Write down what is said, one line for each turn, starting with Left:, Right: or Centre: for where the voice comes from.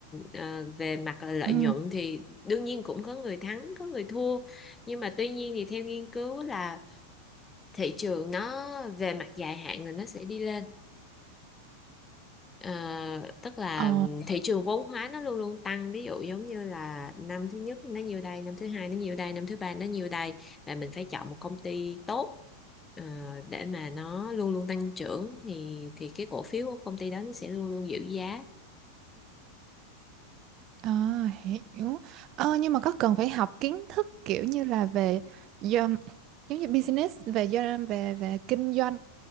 Left: ờ, về mặt lợi
Right: ừ.
Left: nhuận thì đương nhiên cũng có người thắng có người thua nhưng mà tuy nhiên thì theo nghiên cứu là thị trường nó về mặt dài hạn là nó sẽ đi lên Ờ, tức là
Right: Ờ.
Left: thị trường vốn hóa nó luôn luôn tăng ví dụ giống như là năm thứ nhất nó nhiêu đây năm thứ hai nó nhiêu đây năm thứ ba nó nhiêu đây và mình phải chọn một công ty tốt ờ, để mà nó luôn luôn tăng trưởng thì thì cái cổ phiếu của công ty đó nó sẽ luôn luôn giữ giá
Right: À, hiểu. Ờ, nhưng mà có cần phải học kiến thức kiểu như là về do, giống như business về do về về kinh doanh